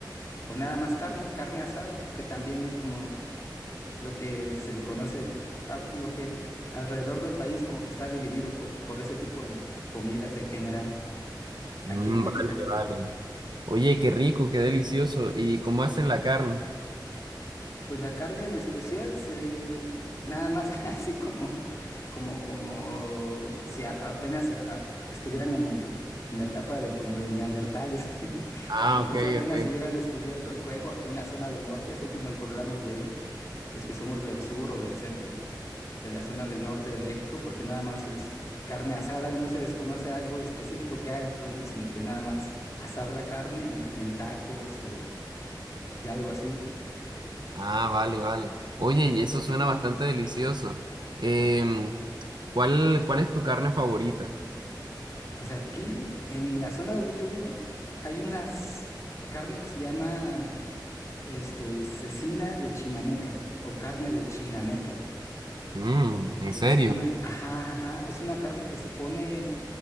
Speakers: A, on the left; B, on the right.
A: o nada más carne, carne asada, que también es como lo que se le conoce, la- lo que p- alrededor del país como que está dividido, pues, por ese tipo de comidas en general
B: Mm,
A: aquí en México.
B: vale, vale. Oye, qué rico, qué delicioso. ¿Y cómo hacen la carne?
A: Pues la carne en especial, se, eh, nada más <laughs> así como, como, como si a- apenas a- estuvieran en el, en la etapa de como de neandertales, <laughs>
B: Ah,
A: o como
B: ok,
A: si apenas
B: ok.
A: hubieran descubierto el fuego aquí en la zona del norte, siempre nos burlamos de ellos, los que somos del sur o del centro, de la zona del norte de México, porque nada más es carne asada y no se les conoce algo específico que hagan, pues, ¿no? Sino que nada más asar la carne y en tacos o ya algo así.
B: Ah, vale, vale. Oye, y eso suena bastante delicioso. Em, ¿cuál, cuál es tu carne favorita?
A: Pues aquí, en la zona donde yo vivo, hay unas carne que se llama este, cecina de Chinameca o carne de Chinameca.
B: Mm, ¿en
A: Es
B: serio?
A: una, ajá, ajá, es una carne que se pone